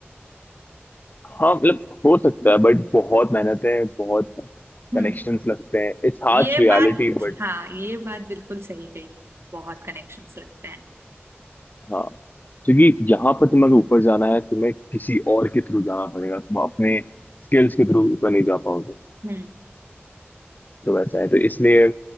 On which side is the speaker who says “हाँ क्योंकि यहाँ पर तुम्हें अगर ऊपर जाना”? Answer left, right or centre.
Left